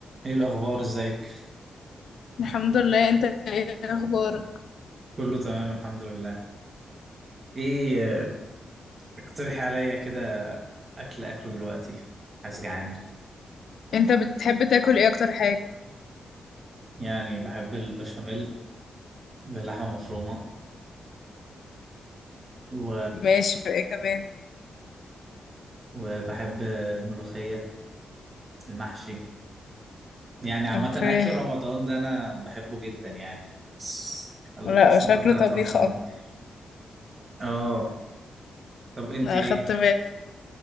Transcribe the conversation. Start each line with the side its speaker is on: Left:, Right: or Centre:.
Right: ايه الاخبار ازيك
Left: الحمد لله انت ايه اخبارك
Right: كله تمام الحمد لله ايه آه، اقترحي عليا كده اكل اكله دلوقتي عايز جعان
Left: انت بتحب تاكل ايه اكتر حاجة
Right: يعني بحب البشاميل باللحمه المفرومه و...
Left: ماشي ايه كمان
Right: وبحب الملوخيه المحشي يعني عامه
Left: اوكي
Right: اكل رمضان ده انا بحبه جدا يعني الس-
Left: لا
Right: السنه
Left: شكله
Right: بتاعت
Left: طبيخ
Right: رمضان
Left: اكتر
Right: دي اه طب انت
Left: انا
Right: ايه
Left: اخدت بالي